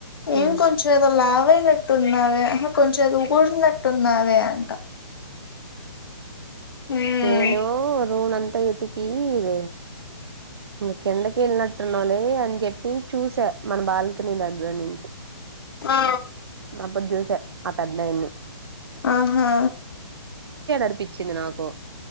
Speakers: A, on the right; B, on the left.
A: మ్మ్.
B: ఏం కొంచెం ఏదోలా పోయినట్టున్నావే కొంచెం ఏదొ ఊడినట్టున్నావే అ హ్మ్
A: నేను రునన్ అంతా ఎతికి ఇద ఇంగ కిందకి వెళ్లినట్టున్నావులే అని చెప్పి చూసా మన బాల్కనీ దగ్గర నుంచి
B: ఆ
A: అప్పుడు చూస ఆ పెద్దయని
B: ఆహా
A: అనిపించింది నాకు